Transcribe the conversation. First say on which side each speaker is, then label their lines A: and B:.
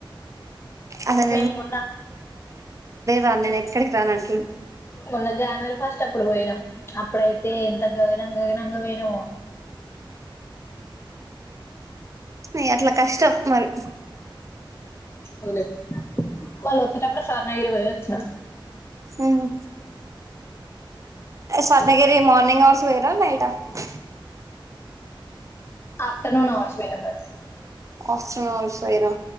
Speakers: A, on the right (about 35°); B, on the left (about 30°).
A: అసలు
B: మేము మొన్న
A: తాను నేను ఎక్కడికి రానంటుండు
B: మొన్న జనవరి ఫస్ట్ అప్పుడు పోయినాం అప్పుడైతే ఎంత గగనం గగనంగా పోయినమో
A: అయ్ అట్ల కష్టం మరి
B: ఓలే వాళ్ళ వచ్చేటప్పుడు స్వర్ణగిరి పోయి వచ్చిన
A: ఉమ్ స్వర్ణగిరి మార్నింగ్ హౌర్స్ పోయిరా నైట్ ట
B: ఆఫ్టర్నూన్ అవర్స్ పోయినాం మేం
A: ఆఫ్టర్నూన్స్ పోయిరా